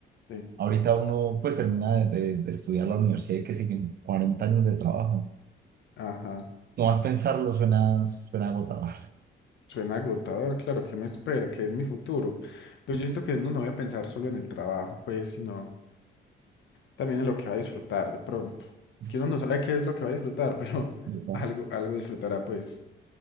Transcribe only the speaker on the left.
sí,
ajá.
Suena agotador, claro, ¿qué me espera? ¿Qué es mi futuro? Pero yo siento que uno no debe pensar solo en el trabajo, pues, sino también en lo que va a disfrutar de pronto.
Que uno no sabe qué es lo que va a disfrutar, <laughs> pero
algo, algo disfrutará, pues.